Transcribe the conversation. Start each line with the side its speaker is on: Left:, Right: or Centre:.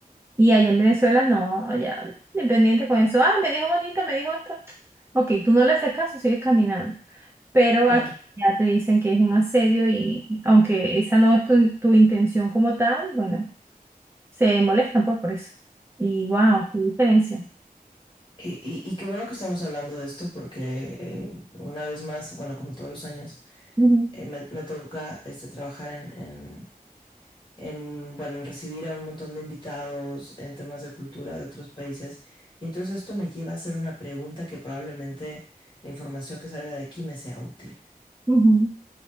Right: Y allá en Venezuela no, ya independiente con eso, ah, me dijo bonita, me dijo esto. Ok, tú no le haces caso, sigues caminando. Pero
Left: claro.
Right: aquí ya te dicen que es un asedio y aunque esa no es tu, tu intención como tal, bueno, se molestan pues por eso. Y wow, qué diferencia.
Left: Y, y, y, qué bueno que estamos hablando de esto porque eh, una vez más, bueno, como todos los años,
Right: Ujú,
Left: eh, me, me, toca este, trabajar en, en en, bueno, en recibir a un montón de invitados en temas de cultura de otros países. Y entonces esto me lleva a hacer una pregunta que probablemente la información que salga de aquí me sea útil.
Right: ujú,